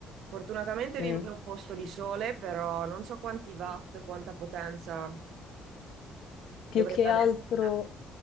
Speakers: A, on the right; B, on the left.
A: Fortunatamente
B: Mm.
A: vivo in un posto di sole, però non so quanti watt, quanta potenza
B: Più
A: dovrebbe
B: che
A: avere.
B: altro.
A: Ah,